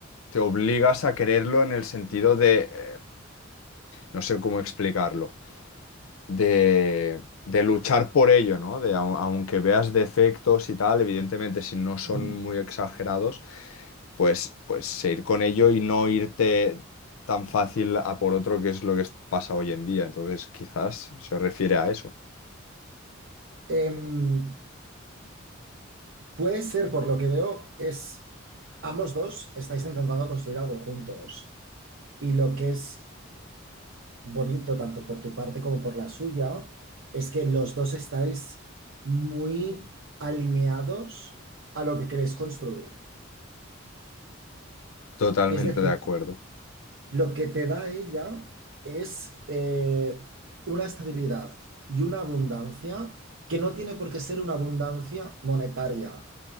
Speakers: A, on the left; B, on the right.
A: te obligas a quererlo en el sentido de, eh, no sé cómo explicarlo. de, de luchar por ello, ¿no? De, au- aunque veas defectos y tal, evidentemente si no son
B: ujú.
A: muy exagerados, pues, pues seguir con ello y no irte tan fácil a por otro, que es lo que es- pasa hoy en día. Entonces, quizás se refiere a eso.
B: Em, puede ser, por lo que veo, es ambos dos estáis intentando construir algo juntos. Y lo que es bonito, tanto por tu parte como por la suya, es que los dos estáis muy alineados a lo que queréis construir.
A: Totalmente
B: Es decir,
A: de acuerdo.
B: Lo que te da ella es eh, una estabilidad y una abundancia que no tiene por qué ser una abundancia monetaria.